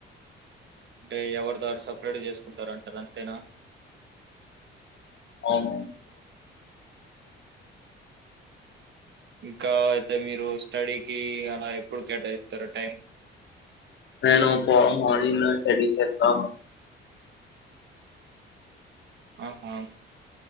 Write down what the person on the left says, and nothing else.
ఔను
నేను మార్నింగ్ స్టార్డింగ్ చేస్తా